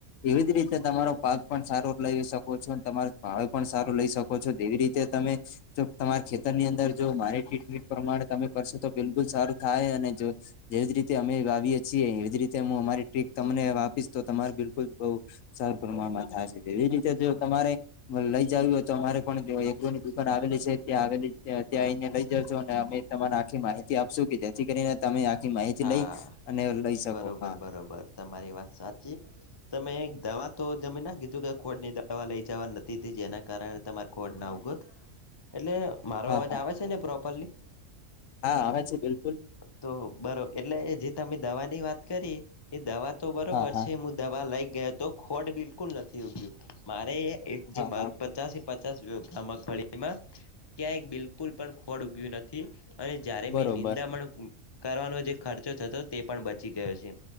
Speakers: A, on the left; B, on the left.
A: એવી જ રીતે તમારો પાક પણ સારો લઈ શકો. છો તમાર ભાવે પણ સારું લઈ શકો છો તેવી રીતે તમે, જો
B: હમ
A: તમારા ખેતરની અંદર જો બાયો ટેકનીક પ્રમાણે તમે કરશો તો બિલકુલ સારું થાય. અને જો જેવી જ રીતે અમે વાવયે છીએ, એવી જ રીતે હું અમારી ટ્રીક તમને આપીસ તમારી બિલકુલ બવુ સર પ્રમાણમાં થાય છે. એવી રીતે જો તમારે લઈ જાવી હોય તો અમારે પણ એગ્રોની દુકાન આવેલી છે. ત્યાં આવેલી ત્યાં આવીને લઈ જા છો અને અમે તમાને આખી માહિતી આપશું કે જેથી કરીને. તમે આખી માહિતી
B: હા
A: લઈ અને લઈ શકો
B: બરોબર
A: હા.
B: બરોબર તમારી વાત સાચી તમે દવા તો જમી ના કીધું. કે ખોડની દવા લઈ જવા નથી. ત જેના કારણે તમા કોડ ના ઉગત એટલે મારો
A: હા
B: અવાજ
A: હા
B: આવે છે, ને પ્રોપરલી.
A: હા આવે છે, બિલકુલ.
B: તો બરો એટલે જે તમે દવાની વાત કરી, એ દવા તો બરોબર
A: હા હા
B: છે. દવા લઈ ગયા તો ખોટ બિલકુલ નથી, ઉગ્યું મારે એક જ
A: હા હા
B: પચાસે પચાસ મગફળીમાં ક્યાંય બિલકુલ પણ ખોળ ઉગ્યું નથી. અને જ્યારે
A: બરોબર
B: મેં નિંદામણ કરવાનો, જે ખર્ચો જતો તે પણ બચી ગયો છે.